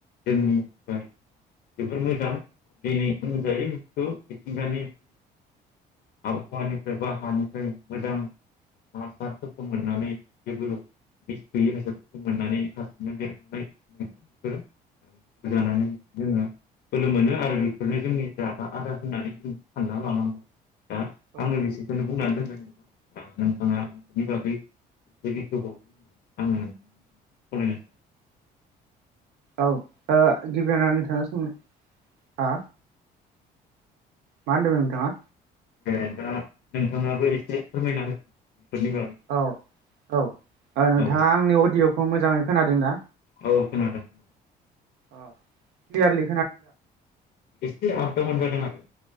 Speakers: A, on the left; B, on the right.
A: जोंनि थाखाय जोबोर मोजां दिनै बुंजायो बेफोरखौ मिथिंगानि आबहावानिफ्राय बा हानिफ्राय मोजां हासारफोरखौ मोननानै <unintelligible> जानानै जोङो बोलो मोनो आरो बेफोरनो जोंनि जाग्रा आदार होननानै जों सानना लानांगौ, दा
B: ओ
A: आङो बेसेखौनो बुंनानै दोनबाय नोंथाङा बेनि बागै एसे बेखेवबावगोन होननानै आङो, <unintelligible>
B: औ ओ गिबियावनो नोंथाङा सोंनो हा, मा होनदों नोंथाङा?
A: ए दा नोंथाङाबो एसे फोरमायना होदो बेफोरनि बागै।
B: औ, औ। ओ नोंथाङा
A: औ
B: आंनि अडिय'खौ मोजाङै खोनादों ना?
A: औ खोनादों खोनादों
B: अ, ख्लियारलि
A: एसे आप दाउन जादों आरो।